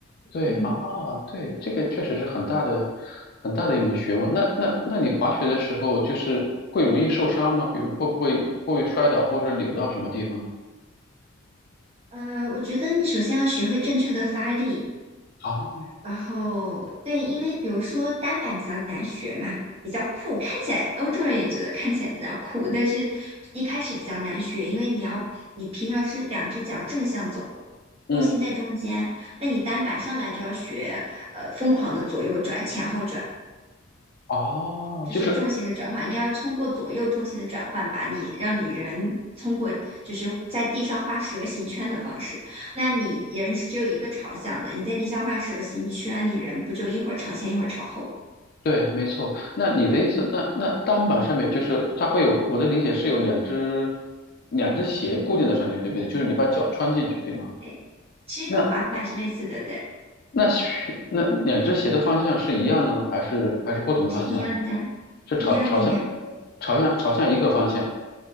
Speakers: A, on the left (about 45°); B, on the right (about 30°).
A: 对，
B: 嗯，
A: 啊，对，这个确实是很大的很大的一门学问。那那那你滑雪的时候就是会容易受伤吗？比如会不会会不会摔倒或者扭到什么地方？
B: 呃，我觉得你首先要学会正确的发力，
A: 哦，
B: 然后对，因为比如说单板比较难学嘛，比较酷，看起来欧洲人也觉得看起来比较酷，但是一开始比较难学，因为你要你平常是两只脚正向走路，
A: 嗯，
B: 重心在中间，那你单板上来就要学呃疯狂的左右转、前后转。
A: 哦，
B: 就是重心的转换，
A: 就是
B: 你要通过左右重心的转换，把你让你人通过就是在地上画蛇形圈的方式。那你人是只有一个朝向的，你在地上画蛇形圈，你人不就一会儿朝前一会儿朝后？
A: 对，没错。那你的意思，那那单板上面就是它会有，我的理解是有两只两只鞋固定在上面，对不对？就是你把脚穿进去，
B: 对对，
A: 对吗？
B: 其实跟滑板是类似的，
A: 那。
B: 对，
A: 那靴那两只鞋的方向是一样的吗？还是还是不同方向的？
B: 是一样的，
A: 是朝朝向
B: 一样的呀。
A: 朝向朝向一个方向